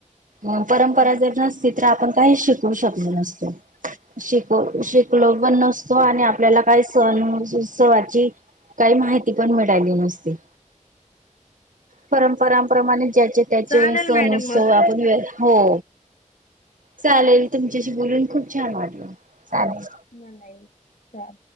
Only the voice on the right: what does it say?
अ परंपरा
जर नसती तर आपण काही शिकू शकलो नसतो शिक शिकलो
पण नसतो आणि आपल्याला काय सण उत्सवाची काही माहिती पण मिळाली नसते परंपराांप्रमाणे ज्याचे त्याचे
सण
उत्सव
आपण हो चालेल तुमच्याशी बोलून खूप छान वाटलं चालेल